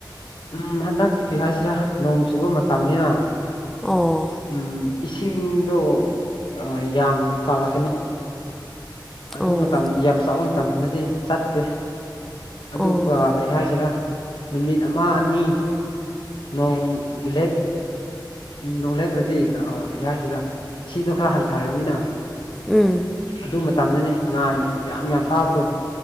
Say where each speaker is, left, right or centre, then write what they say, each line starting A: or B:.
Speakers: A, on the left (about 80°); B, in the centre.
A: ꯎꯝ ꯍꯟꯗꯛꯇꯤ ꯀꯩ ꯍꯥꯏꯁꯤꯔꯥ ꯅꯣꯡ ꯆꯨꯕ ꯃꯇꯝꯅꯤꯅ
B: ꯑꯣ
A: ꯎꯝ ꯏꯁꯤꯡꯗꯣ ꯑ ꯌꯥꯝ ꯆꯥꯎꯔꯛꯀꯅꯤ ꯑꯗꯨ
B: ꯑꯣ
A: ꯃꯇꯝ ꯌꯥꯝ ꯆꯥꯎꯕ ꯃꯇꯝꯗꯗꯤ ꯆꯠꯇꯦ ꯑꯗꯨꯒ
B: ꯑꯣ
A: ꯀꯩ ꯍꯥꯏꯁꯤꯔꯥ ꯅꯨꯃꯤꯠ ꯑꯃ ꯑꯅꯤ ꯅꯣꯡ ꯂꯦꯞ ꯅꯣꯡ ꯂꯦꯞꯔꯗꯤ ꯑ ꯀ꯭ꯔꯤ ꯍꯥꯏꯁꯤꯔ ꯏꯁꯤꯡꯗꯣ ꯈꯔ ꯍꯟꯊꯔꯅꯤꯅ
B: ꯎꯝ
A: ꯑꯗꯨ ꯃꯇꯝꯗꯅꯤ ꯉꯥ ꯌꯥꯝ ꯌꯥꯝ ꯐꯥꯕꯗꯣ